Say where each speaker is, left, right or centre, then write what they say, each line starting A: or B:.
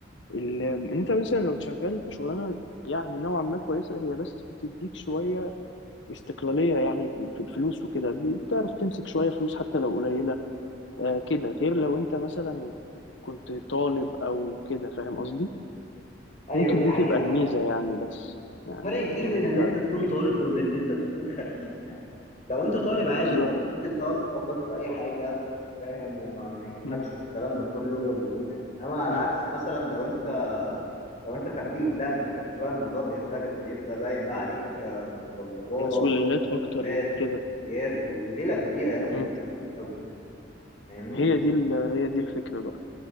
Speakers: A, on the left (about 85°); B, on the left (about 40°).
A: ال- ان انت مثلا لو شغال شغلانه يعني نوعا ما كويسه هي بس بتديك شويه استقلالية يعني في الفلوس وكده بتعرف تمسك شوية فلوس حتى لو قليلة آه كده غير لو انت مثلا كنت طالب او كده فاهم قصدي
B: ايوه
A: ممكن
B: دي
A: دي
B: حقيقة
A: تبقى الميزة
B: فعلا
A: يعني بس يعني
B: فرق كبير بين
A: ان انت
B: ان انت تكون طالب وبين ان انت تكون خريج يعني لو انت طالب عادي
A: بالظبط
B: انت ممكن تقعد تخبط في اي حاجة فاهم وما ما يهمكش
A: م-
B: الكلام ده كله وال- يعني انما على
A: م.
B: عكس مثلا لو انت لو انت خريج لا انت خريج بقى الموضوع بيختلف بيبدأ بقى يبقى عليك آه، متطلبات
A: مسؤوليات
B: وحسابات
A: اكتر وكده
B: ومسؤوليات وليلة كبيرة قوي
A: م.
B: قوي قوي يعني فاهمني؟
A: هي دي ال- هي دي الفكرة بقى